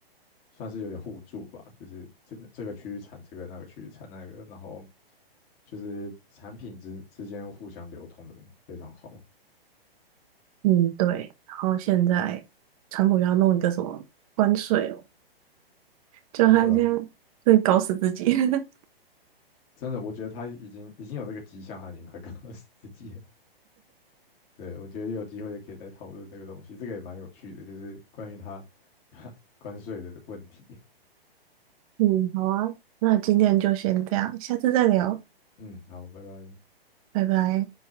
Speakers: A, on the left; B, on the right.
A: 算是有点互助吧，就是这这个区域产这个，那个区域产那个，然后就是产品之之间互相流通的非常好。
B: 嗯，对。然后现在川普又要弄一个什么关税哦，就他这样会搞死自己。
A: 哦，对啊，
B: <laughs>
A: 真的，我觉得他已经已经有这个迹象，他已经快告诉自己了。对，我觉得有机会也可以再讨论这个东西，这个也蛮有趣的，就是关于他 <laughs> 关税的问题。
B: 嗯，好啊，那今天就先这样，下次再聊，
A: 嗯，好，拜拜。
B: 拜拜。